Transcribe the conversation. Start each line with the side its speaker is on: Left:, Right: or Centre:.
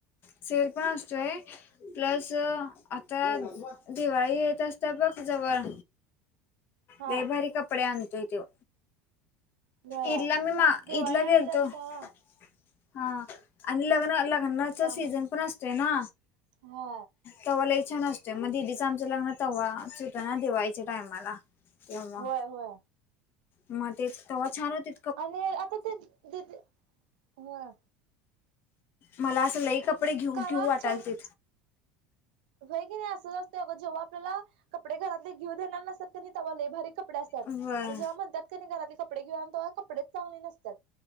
Left: सेल पण असतोय प्लस आता दिवाळी येत असत बघ जवळ.
Right: हा
Left: दलई भारी कपडे आणतोय त्यो
Right: व्हय
Left: ईदला मी मा
Right: दिवाळी
Left: ईदला
Right: आलेली
Left: गेलतो
Right: असत्या
Left: हा
Right: ना
Left: आणि लग्न लग्नाच
Right: त्यामुळं
Left: सीझन पण असत ना
Right: हा
Left: तव्हालाई छान असततेय मग दिदीचं आमचं लग्न तवा सुतं ना दिवाळीच्या टायमाला तेव्हा
Right: होय होय
Left: मग ते तेव्हा छान होते.
Right: आणि आता दीदी ह.
Left: मला असं लई कपडे घेऊ
Right: कावा
Left: घेऊ वाटाल
Right: छान
Left: ते
Right: होय की नाही असतं अग जेव्हा आपल्याला कपडे घरातले घेऊ देणार नसतात की नाही तेव्हा लय भारी कपडे कपडे असतात
Left: व्हय
Right: आणि जेव्हा म्हणत्यात की नाही घरातले कपडे घेऊया तेव्हा कपडेच चांगले नसतात